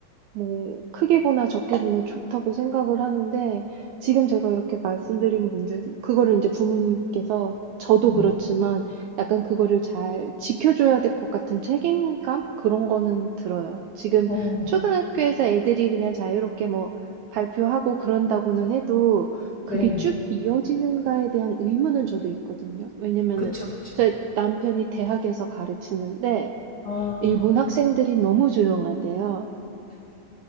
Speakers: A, on the right; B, on the left.
A: 뭐 크게 보나 적게 보나 좋다고 생각을 하는데 지금 제가 이렇게 말씀드린 문제 그거를 이제 부모님께서 저도
B: 음.
A: 그렇지만 약간 그거를 잘 지켜줘야 될 것 같은 책임감 그런 거는 들어요. 지금
B: 어,
A: 초등학교에서 애들이 그냥 자유롭게 뭐 발표하고 그런다고는 해도 그게
B: 네.
A: 쭉 이어지는가에 대한 의문은 저도 있거든요. 왜냐면은
B: 그쵸, 그쵸.
A: 제 남편이 대학에서 가르치는데
B: 아,
A: 일본 학생들이 너무 조용하대요.